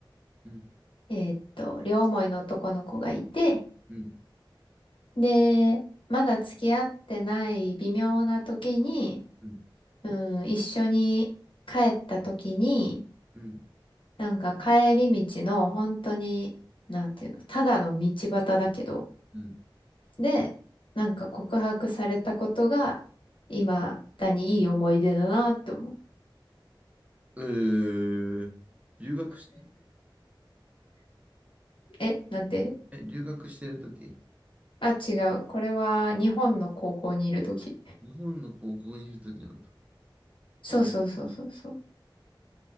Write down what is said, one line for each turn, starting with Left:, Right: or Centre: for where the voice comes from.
Right: うん。
Left: えーっと、両思いの男の子がいて、
Right: うん。
Left: で、まだ付き合ってない微妙な時に、
Right: うん。
Left: うん、一緒に帰った時に、
Right: うん。うん
Left: なんか帰り道の本当に、なんていうの、ただの道端だけど、
Right: うん
Left: で、なんか告白されたことが、今だにいい思い出だなって思う。
Right: えー。留学し、
Left: え、なんて
Right: え、留学してるとき、
Left: あ、違う。これは日本の高校にいるとき。
Right: 日本の高校にいるときなんだ。
Left: そうそうそうそうそう。
Right: えー、
Left: っ